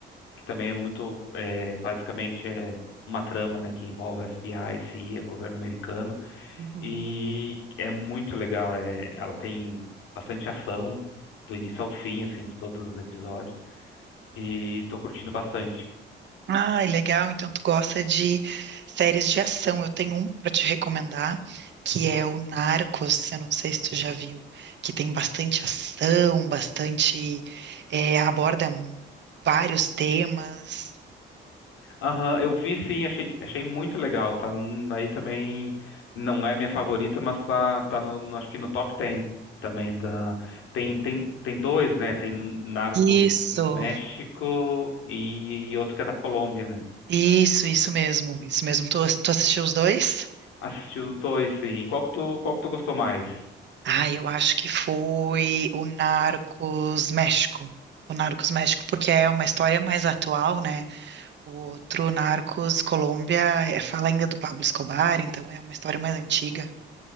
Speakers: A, on the left (about 85°); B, on the right (about 65°).
A: que também é muito, é, basicamente é uma trama, né, que envolve FBI, CIA, governo americano.
B: Uhum.
A: E é muito legal. É, ela tem bastante ação do início ao fim, assim, de todos os episódios. E tô curtindo bastante.
B: Ai, legal. Então tu gosta de séries de ação. Eu tenho um para te recomendar, que é o Narcos. Eu não sei se tu já viu, que tem bastante ação, bastante eh, aborda vários temas.
A: Aham, eu vi sim, achei, achei muito legal. Tá n- aí também, não é a minha favorita, mas tá, tá no, no- acho que no top 10 também da. Tem, tem, tem dois, né? Tem Narcos
B: Isso,
A: México e, e outro que é da Colômbia, né?
B: isso, isso mesmo, isso mesmo. Tu, tu assistiu os dois?
A: Assisti os dois, sim. E qual que tu, qual que tu gostou mais?
B: Ah, eu acho que foi o Narcos México. O Narcos México, porque é uma história mais atual, né? O outro, Narcos, Colômbia, é- fala ainda do Pablo Escobar, então é uma história mais antiga.